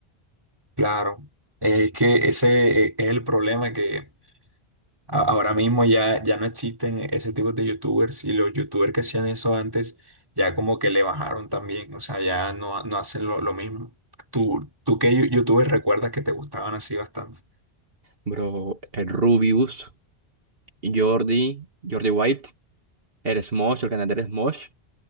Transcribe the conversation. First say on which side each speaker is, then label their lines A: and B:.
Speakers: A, on the right; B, on the right.
A: Claro, es que ese e, es el problema que a- ahora mismo ya, ya no existen ese tipo de YouTubers y los YouTubers que hacían eso antes ya como que le bajaron también, o sea, ya no, no hacen lo, lo mismo. ¿Tú, tú qué yo- YouTubers recuerdas que te gustaban así bastante?
B: Bro, el Rubius, Jordi, Jordi Wild. Eres Mosh, el canal de Eres Mosh